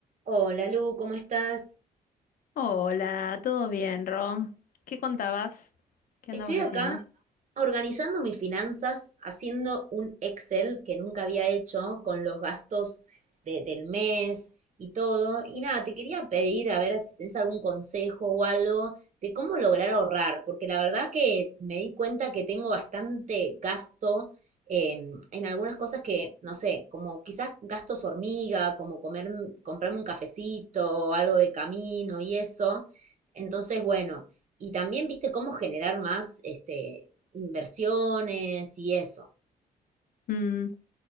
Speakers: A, on the right; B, on the left.
A: Hola Lu, ¿cómo estás?
B: Hola, ¿todo bien, Rom? ¿Qué contabas? ¿Qué
A: Estoy
B: andabas
A: acá
B: haciendo?
A: organizando mis finanzas, haciendo un Excel que nunca había hecho con los gastos de- del mes y todo. Y nada, te quería pedir a ver si tienes algún consejo o algo de cómo lograr ahorrar, porque la verdad que me di cuenta que tengo bastante gasto em, en algunas cosas que, no sé, como quizás gastos hormiga, como comer, comprarme un cafecito, o algo de camino y eso. Entonces, bueno. Y también, viste, cómo generar más este, inversiones y eso.
B: Mm,